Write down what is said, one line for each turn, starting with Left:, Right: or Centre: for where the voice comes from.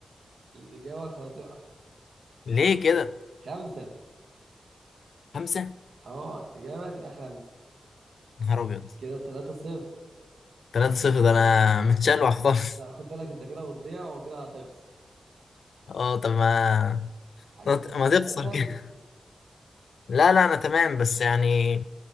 Right: الإجابة خاطئة
Left: <laughs> ليه كده؟
Right: خمسة
Left: خمسة؟
Right: اه الإجابة تبقى خمسة
Left: نهار أبيض
Right: كده تلاتة صفر
Left: تلاتة صفر ده أنا <laughs> متشلوح خالص
Right: لا خد بالك أنت كده بتضيع وكده هتخسر
Left: اه طب ما
Right: هجيب
Left: ما ت-
Right: لك
Left: ما
Right: أسئلة
Left: تخسر
Right: أسهل
Left: كده <laughs> لا لا أنا تمام بس يعني